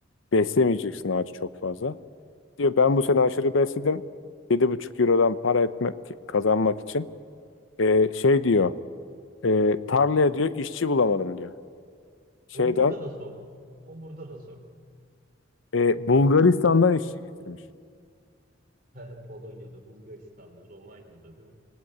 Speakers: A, on the left (about 80°); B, on the right (about 50°).
A: Beslemeyeceksin
B: Hmm.
A: ağacı çok fazla. Diyor ben bu sene aşırı besledim. yedi buçuk eurodan para etmek, kazanmak için. Ee, şey diyor. e, tarlaya diyor işçi bulamadım diyor. Şeyden
B: O burada da sorun. O burada da sorun.
A: e, Bulgaristan'dan işçi getirmiş.
B: <laughs> Polonyalı, Bulgaristanlı, Romanyalı değil mi?